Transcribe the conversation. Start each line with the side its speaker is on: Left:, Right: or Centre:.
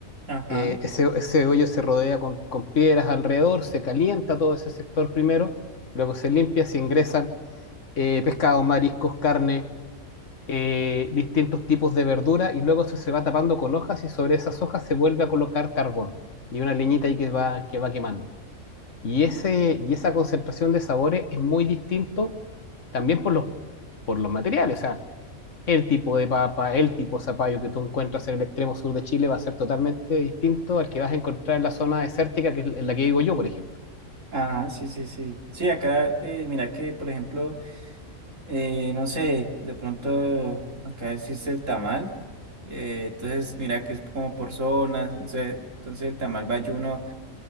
Right: ajá,
Left: eh, ese, ese hoyo se rodea con, con piedras alrededor, se calienta todo ese sector primero, luego se limpia, se ingresan eh, pescados, mariscos, carne, eh, distintos tipos de verdura y luego eso se va tapando con hojas y sobre esas hojas se vuelve a colocar carbón y una leñita ahí que va, que va quemando. Y, ese, y esa concentración de sabores es muy distinto también por los, por los materiales. O sea, el tipo de papa, el tipo de zapallo que tú encuentras en el extremo sur de Chile va a ser totalmente distinto al que vas a encontrar en la zona desértica, que es en la que vivo yo, por ejemplo.
Right: ajá, sí, sí, sí. Sí, acá, eh, mira que, por ejemplo, eh, no sé, de pronto acá existe el tamal, eh, entonces mira que es como por zonas, entonces, entonces el tamal bayuno